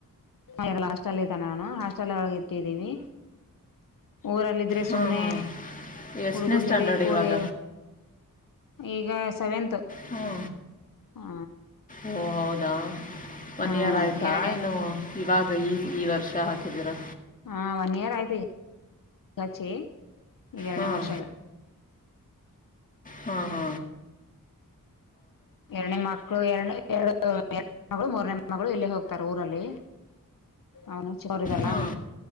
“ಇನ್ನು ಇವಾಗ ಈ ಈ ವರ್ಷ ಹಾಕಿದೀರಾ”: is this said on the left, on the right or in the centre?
Left